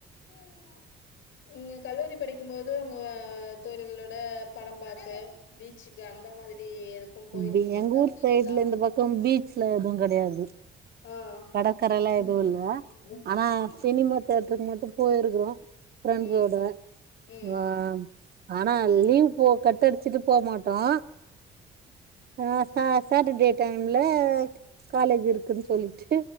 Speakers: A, on the left (about 85°); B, on the right (about 50°).
A: ஏந்த நீங்க கல்லூரி படிக்கும் போது உங்க தோழிகளோட படம் பாக்க பீச்சுக்கு அந்த மாதிரி எதுக்கு போயிருக்கிறீங்களா
B: பி எங்க ஊர்
A: வெளிலலா
B: சைடுல இந்த பக்கோ பீச்லா எதுவு கெடையாது
A: ஆ
B: கடக்கறல்லாம் எதுவுல்ல
A: ம்
B: ஆனா
A: ம்
B: சினிம தேட்டருக்கு மட்டு போயிருக்கிறோ ஃப்ரெண்ட்ஸோட
A: ம் ம்
B: வா ஆனா லீவ் போ கட்டடிச்சுட்டு போமாட்டோ ஆ ச சாட்டர்டே டைம்ல காலேஜ் இருக்குன்னு சொல்லிட்டு